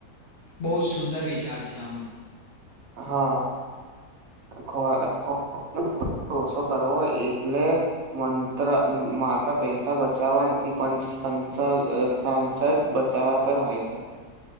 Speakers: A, on the left (about 45°); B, on the right (about 65°).
A: બહુ જ સુંદર વિચાર છે આમ
B: હા ખોરાક <unintelligible> ઓછો કરવો એટલે મંત્ર માત્ર પૈસા બચાવવા નથી પણ સંસ અ સાંસ બચાવવા પણ હોય છે.